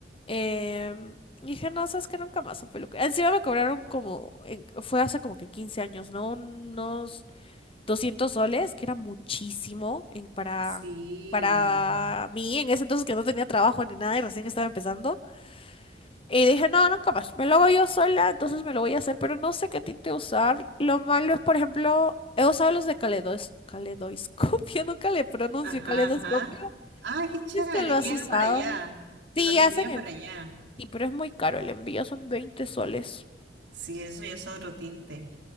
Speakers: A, on the left; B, on the right.
A: em, dije, no, sabes que nunca más a peluquería. Encima me cobraron como, en- fue hace como que 15 años, ¿no? Unos 200 soles, que era muchísimo en- para,
B: Sí.
A: para mí en ese entonces que no tenía trabajo ni nada y recién estaba empezando. Y dije, no, no, capaz, me lo hago yo sola, entonces me lo voy a hacer, pero no sé qué tinte usar. Lo malo es, por ejemplo, he usado los de caledos, caleidoscopio, <laughs> nunca le pronuncio
B: Ajá,
A: caleidoscopio.
B: ajá. Ah, qué chévere.
A: Si es que lo has
B: Llegan
A: usado.
B: para allá. Te
A: Sí,
B: los
A: hacen
B: envían
A: en...
B: para allá.
A: sí, pero es muy caro, el envío son veinte soles.
B: Sí, eso ya es otro tinte.